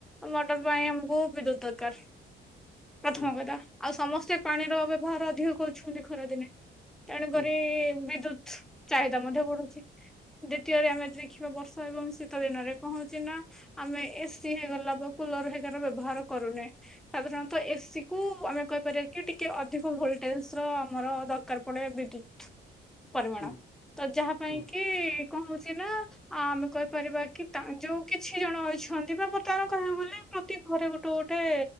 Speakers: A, in the centre; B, on the left.
A: ମଟର ପାଇଁ ଆମୁକୁ ବିଦ୍ୟୁତ୍ ଦରକାର୍ ପ୍ରଥମ
B: ହୁଁ
A: କଥା। ଆଉ ସମସ୍ତେ ପାଣିର ବ୍ୟବହାର ଅଧିକ କରୁଛନ୍ତି ଖରାଦିନେ ତେଣୁ
B: ହୁଁ
A: କରି ବିଦ୍ୟୁତ୍ ଚାହିଦା ମଧ୍ୟ ବଢୁଚି। ଦୁତୀୟରେ ଆମେ ଦେଖିବା ବର୍ଷା ଏବଂ ଶୀତ ଦିନରେ କଣ ହଉଛି ନା ଆମେ ଏସିି ହେଇଗଲା ବା କୁଲର ହେଘାର ବ୍ୟବହାର କରୁନେ ସାଧାରଣତ ଏସିି କୁ ଆମେ କ ହିପାରିବା କି ଟିକେ ଅଧିକ ଭୋଲଟେଜ୍ ର ଆମର ଦରକାର ପଡେ ବିଦ୍ୟୁତ୍ ପରିମାଣ
B: ହୁଁ
A: ତ ଯାହା ପାଇଁ
B: ହୁଁ
A: କି କଣ ହଉଛି ନା ଆ ଆମେ କହିପାରିବା କି ତା ଯୋଉ କିଛି ଜଣ ଅଛନ୍ତି ବା ବର୍ତ୍ତମାନ କହିବାକୁ ଗଲେ ପ୍ର ତି ଘରେ ଗୋଟେ ଗୋଟେ